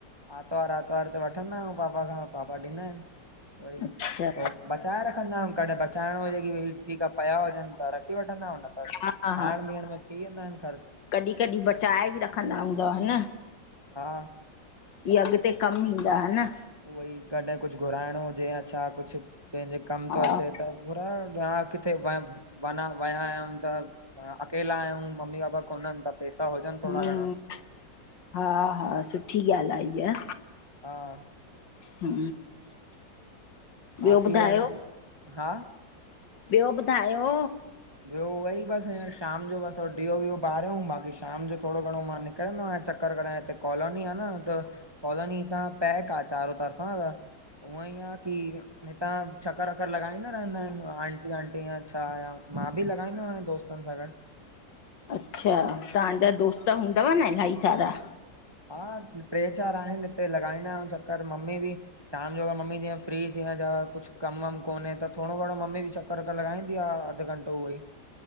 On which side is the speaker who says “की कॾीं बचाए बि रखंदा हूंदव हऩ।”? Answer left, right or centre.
Left